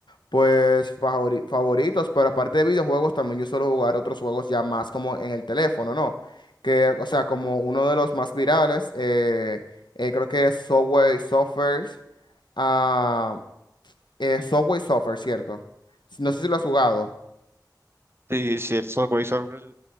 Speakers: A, on the left (about 80°); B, on the right (about 35°).
A: Pues favori- favoritos, pero aparte de videojuegos, también yo suelo jugar otros juegos ya más como en el teléfono, ¿no? Que, o sea, como uno de los más virales, eh, eh, creo que es Subway Surfers. Ah, eh, Subway Surfers, ¿cierto? No sé si lo has jugado.
B: Sí, sí, el Subway Surfers es